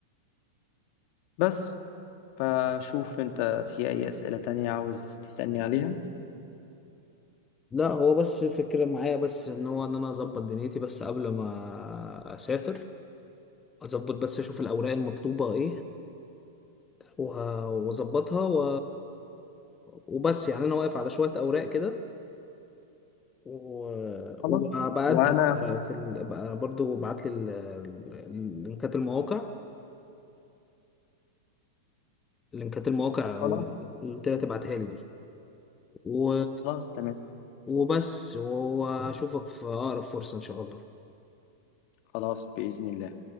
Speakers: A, on the left (about 50°); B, on the left (about 20°).
A: بس فشوف انت في اي اسئلة تانية عاوز تسألني عليها
B: لا هو بس فكرة معايا بس ان هو ان انا اظبط دنيتي بس قبل ما اسافر اظبط بس اشوف الاوراق المطلوبة ايه وه- واظبطها و... وبس يعني انا واقف على شوية اوراق كده و...
A: خلاص
B: وبقدم
A: وانا
B: في ال... بقى برضو بعت لي ال... ال- لينكات المواقع لينكات المواقع
A: خلاص
B: قلت لها تبعتها لي دي و...
A: خلاص تمام
B: وبس واشوفك في اقرب فرصة ان شاء الله
A: خلاص بإذن الله